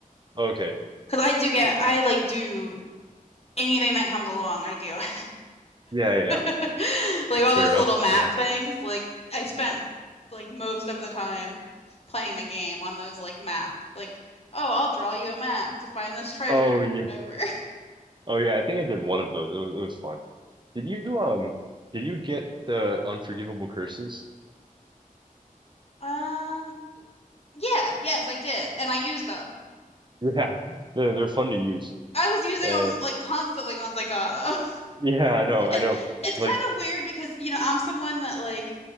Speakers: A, on the right (about 35°); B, on the left (about 45°).
A: Okay.
B: because I do get
A: Yeah.
B: I like do anything that comes along. I do. <laughs>
A: Yeah, yeah. yeah.
B: <laughs> Like all
A: Fair
B: those
A: enough.
B: little map
A: Yeah.
B: things, like I spent like most of the time playing the game on those like map. Like, oh, I'll draw you a map to find this treasure,
A: Oh yeah.
B: whatever. <laughs>
A: Oh yeah, I think I did one of those. It was it was fun. Did you um did you get the unforgivable curses? <laughs>
B: Um, yeah, yes, I did, and I used them.
A: Yeah. They're they're fun to use.
B: I was using
A: Uh
B: them like constantly once I got them.
A: yeah, I know,
B: And
A: I know.
B: it's
A: Like
B: kind of weird because, you know, I'm someone that like